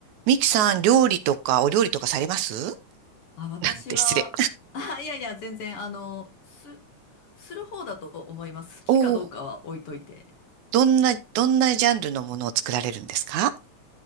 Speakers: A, on the right; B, on the left.
A: ミキさん、料理とか、お料理とかされます
B: あ、私は、
A: って失礼。
B: あ、いやいや、全然、あの、す、する方だと思います。好きかどうかは置いといて。
A: おお、どんな、どんなジャンルのものを作られるんですか